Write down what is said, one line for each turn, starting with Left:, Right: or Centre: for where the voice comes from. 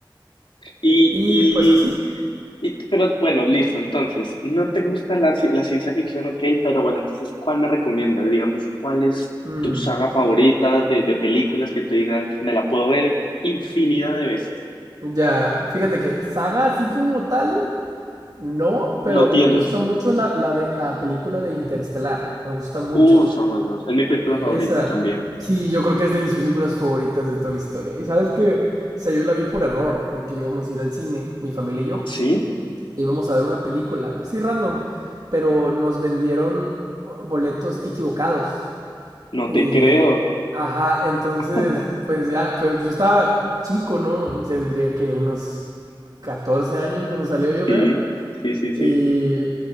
Left: Y,
Right: Y
Left: y,
Right: pues así.
Left: y- pero bueno, listo. Entonces, no te gusta la, ci- la ciencia ficción, ok, pero bueno, entonces, ¿cuál me recomiendas? Digamos, ¿cuál es
Right: mm,
Left: tu saga favorita de, de películas que tú digas, me la puedo ver infinidad de veces?
Right: ya, fíjate que saga así como tal, no, pero
Left: No tienes.
Right: me gusta mucho la, la de la película de Interestelar. Me gusta mucho.
Left: Uh, somos dos. Es mi película
Right: Sí,
Left: favorita
Right: esa,
Left: también.
Right: sí, yo creo que es de mis películas favoritas de toda la historia. Y sabes que, esa yo la vi por error, porque íbamos a ir al cine, mi familia y yo,
Left: ¿Ah, sí?
Right: e íbamos a ver una película, así random, pero nos vendieron uh, boletos equivocados.
Left: No
Right: Y,
Left: te creo.
Right: ajá, entonces,
Left: <laughs>
Right: pues ya, pero yo estaba chico, ¿no? Tendría que unos 14 años cuando salió, yo
Left: Sí,
Right: creo.
Left: sí, sí, sí.
Right: Y,